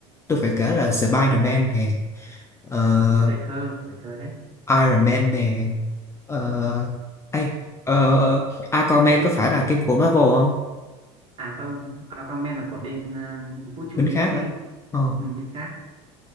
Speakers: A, on the left (about 15°); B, on the right (about 40°).
A: tôi phải kể là Spider-Man nè ờ,
B: ờ, đúng rồi, tuổi thơ, tuổi thơ đấy.
A: Iron Man nè ờ,
B: Ừ.
A: ai ờ, Aquaman có phải là phim của Marvel không?
B: À không, Aquaman là của bên ờ, vũ trụ
A: Bên
B: DC,
A: khác hả? Ờ,
B: ừ, bên khác.